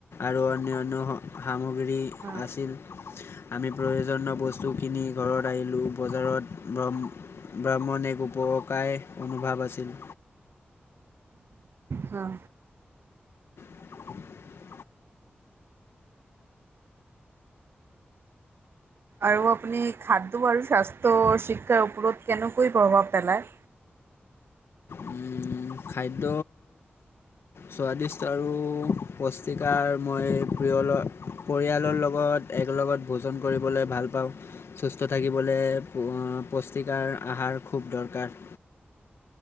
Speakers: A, on the left (about 85°); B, on the right (about 70°).
A: আৰু অন্যান্য সামগ্ৰী
B: অ
A: আছিল আমি প্ৰয়োজনীয় বস্তু কিনি ঘৰত আহিলো বজাৰত ব্ৰ ব্ৰাহ্মণ এক উপকাৰাই অনুভৱ আছিল
B: অ
A: <unintelligible>
B: আৰু আপুনি খাদ্য আৰু স্বাস্থ্য শিক্ষাৰ ওপৰত কেনেকৈ প্ৰভাৱ পেলায়
A: উম খাদ্য স্বাদদিষ্ট আৰু পুষ্টিকাৰ মই প্ৰিয় পৰিয়ালৰ লগত একেলগত ভোজন কৰিবলৈ ভাল পাও। সুস্থ থাকিবলৈ অ পুষ্টিকাৰ আহাৰ খুব দৰকাৰ।